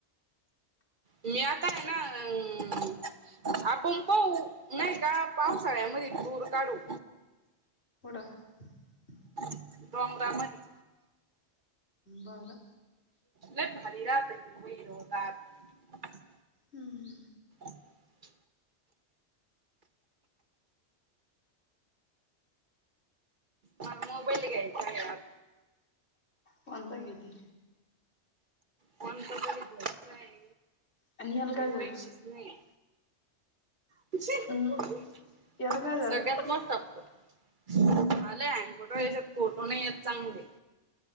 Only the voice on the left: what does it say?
<unintelligible>
बर
हम्म
कोणता घेती
आणि याला
काय झालं
हम्म याला काय झालं?